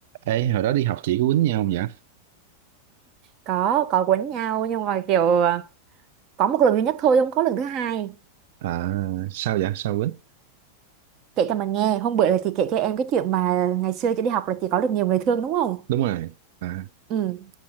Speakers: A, on the right; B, on the right.
A: Ê, hồi đó đi học chị có quýnh nhau không vậy?
B: có có quấn nhau nhưng mà kiểu à, có một lần duy nhất thôi không có lần thứ hai
A: À, sao vậy? Sao quýnh?
B: kể cho mà nghe hôm bữa là chị kể cho em cái chuyện mà ngày xưa chị đi học là chị có được nhiều người thương đúng không
A: Đúng rồi. À,
B: ừ